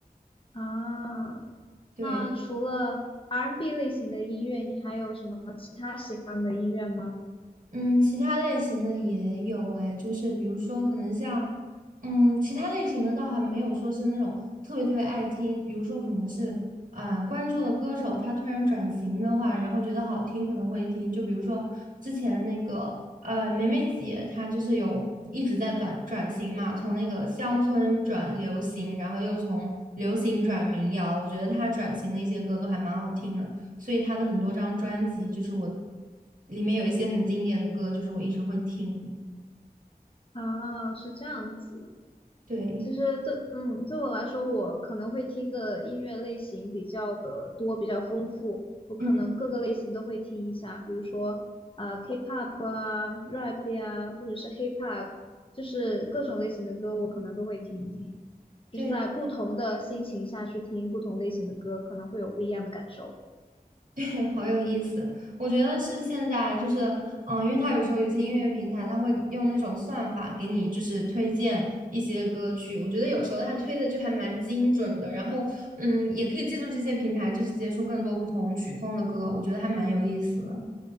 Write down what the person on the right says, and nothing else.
对。
嗯，其他类型的也有哎，就是比如说可能像，嗯，其他类型的倒还没有说是那种特别特别爱听，比如说可能是啊、关注的歌手他突然转型的话，然后觉得好听可能会听，就比如说之前那个呃梅梅姐她就是有一直在转转型嘛，从那个乡村转流行，然后又从流行转民谣，我觉得她转型的一些歌都还蛮好听的。所以他的很多张专辑，就是我里面有一些很经典的歌，就是我一直会听。
对，
嗯，
对
对，好有意思。我觉得是现在就是，嗯，因为他有时候有些音乐平台，他会用那种算法给你就是推荐一些歌曲，我觉得有时候他推的就还蛮精准的。然后，嗯，也可以借助这些平台，就是接触更多不同曲风的歌，我觉得还蛮有意思的。